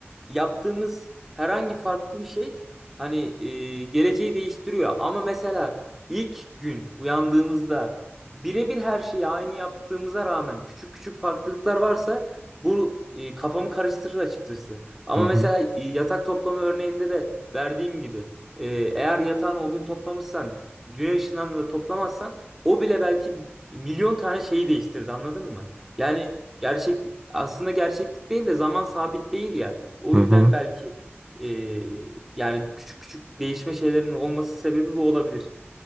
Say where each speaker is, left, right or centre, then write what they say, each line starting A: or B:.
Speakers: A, in the centre; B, on the right.
A: yaptığımız herhangi farklı bir şey hani e, geleceği değiştiriyor. Ama mesela ilk gün uyandığımızda birebir her şeyi aynı yaptığımıza rağmen küçük küçük farklılıklar varsa bu e, kafamı karıştırır açıkçası. Ama
B: Hı hı.
A: mesela yatak toplama örneğinde de verdiğim gibi e, eğer yatağını o gün toplamışsan dünya ışınlarını da toplamazsan o bile belki milyon tane şeyi değiştirdi anladın mı? Yani gerçek aslında gerçeklik değil de zaman sabit değil ya. O
B: Hı
A: yüzden
B: hı.
A: belki e, yani küçük küçük değişme şeylerinin olması sebebi bu olabilir.